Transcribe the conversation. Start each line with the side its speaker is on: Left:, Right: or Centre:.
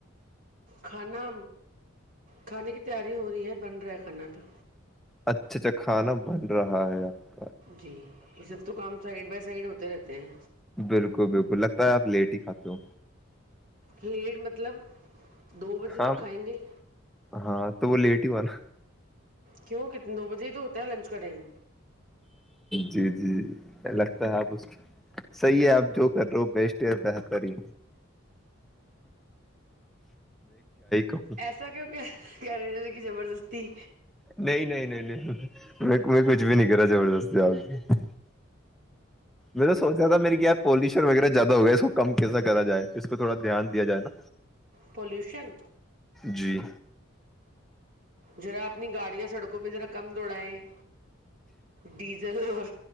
Right: کھانا کھانے کی تیاری ہو رہی ہے بن رہا ہے کھانا بھی
Centre: اچھا اچھا کھانا بن رہا ہے یار
Right: جی یہ سب تو کام سائڈ بائی سائڈ ہوتے رہتے ہیں
Centre: بالکل بالکل لگتا آپ لیٹ ہی کھاتے ہو
Right: لیٹ مطلب دو بجے
Centre: ہاں
Right: تک کھائیں گے
Centre: ہاں تو وہ لیٹ ہی ہوا نا
Right: کیوں کتنے دو بجے تو ہو لنچ کا ٹائم
Centre: جی جی لگتا ہے آپ اس صحیح ہے آپ جو کر رہے ہو بیسٹ بہتر ہی کہوں
Right: ایسا کیوں کیا کہرہے ہوک زبردستی
Centre: نہیں نہیں نہیں نہیں میں میں کچھ بھی نہیں کرا زبردست ج میں نے سونچا رہا تھا میرے کیا پالیشن وغیرہ زیادہ ہو گا اس کو کم کیسے کرا جائے اس پہ تھوڑا دھیان دیا جائے نا
Right: پولوشن
Centre: جی
Right: ذرا اپنی گاڑیاں سڑکوں پہ ذرا کم دوڑائیں ڈیزل اور